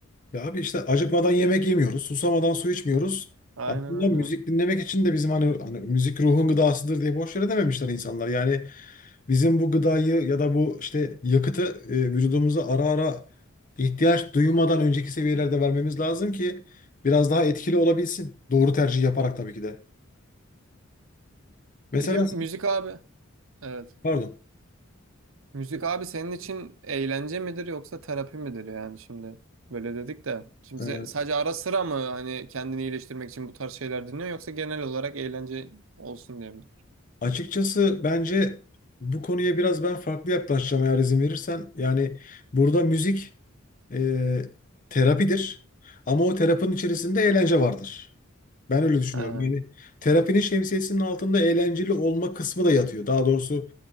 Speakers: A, on the left; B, on the right.
A: Ya abi işte acıkmadan yemek yemiyoruz, susamadan su içmiyoruz.
B: Aynen
A: Aslında
B: öyle.
A: müzik dinlemek için de bizim hani, hani müzik ruhun gıdasıdır diye boş yere dememişler insanlar. Yani bizim bu gıdayı ya da bu işte yakıtı e, vücudumuza ara ara ihtiyaç duymadan önceki seviyelerde vermemiz lazım ki biraz daha etkili olabilsin. Doğru tercih yaparak tabii ki de. Mesela
B: Peki müzik abi, evet.
A: pardon.
B: Müzik abi senin için eğlence midir yoksa terapi midir yani şimdi? Böyle dedik de. Şimdi
A: Ee,
B: se- sadece ara sıra mı hani kendini iyileştirmek için bu tarz şeyler dinliyor yoksa genel olarak eğlence olsun diye mi?
A: açıkçası bence bu konuya biraz ben farklı yaklaşacağım eğer izin verirsen. Yani burada müzik e, terapidir ama o terapinin içerisinde eğlence vardır. Ben öyle düşünüyorum.
B: He.
A: Yani terapinin şemsiyesinin altında eğlenceli olma kısmı da yatıyor. Daha doğrusu